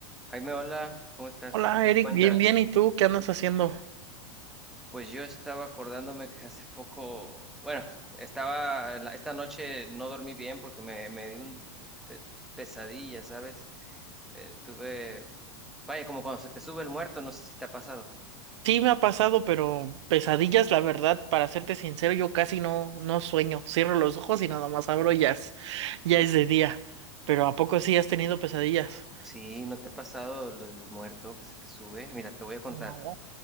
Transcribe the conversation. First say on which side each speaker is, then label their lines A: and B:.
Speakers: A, in the centre; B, on the right.
A: Jaime, hola, ¿cómo estás?
B: Hola
A: ¿Qué
B: Eric,
A: cuentas?
B: bien, bien, ¿y tú qué andas haciendo?
A: Pues yo estaba acordándome que hace poco, bueno, estaba, en la- esta noche no dormí bien porque me, me dio un te- pesadilla, ¿sabes? Eh, tuve, vaya, como cuando se te sube el muerto, no sé si te ha pasado.
B: Sí, me ha pasado, pero pesadillas, la verdad, para serte sincero, yo casi no, no sueño. Cierro los ojos y nada más abro y ya es, ya es de día. Pero ¿a poco sí has tenido pesadillas?
A: Sí, ¿no te ha pasado lo del muerto que se te sube? Mira, te voy a contar.
B: No.